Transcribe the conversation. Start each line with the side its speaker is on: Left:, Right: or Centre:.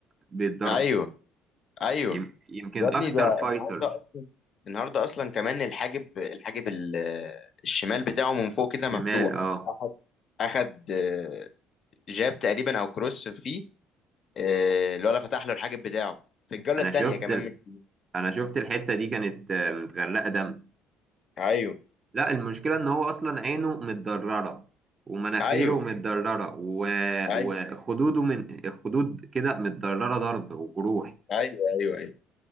Right: بيتضرب
Left: ايوه ايوه
Right: يم- يمكن
Left: يا ابني
Right: أكتر
Left: ده
Right: فايتر
Left: النهارده اصلا النهارده اصلا كمان الحاجب الحاجب ال- الشمال بتاعه من فوق كده
Right: شمال
Left: مفتوح
Right: اه
Left: أخد اخد آه، جاب تقريبا او كروس فيه آه، الولا فتح له الحاجب بتاعه في الجوله
Right: أنا
Left: الثانيه
Right: شفت
Left: كمان مش
Right: أنا شفت الحتة دي كانت آه، متغرقة دم
Left: ايوه
Right: لا المشكلة إن هو أصلا عينه متضررة ومناخيره
Left: ايوه
Right: متضررة و...
Left: ايوه
Right: وخدوده من خدود كده متضررة ضرب وجروح
Left: ايوه ايوه ايوه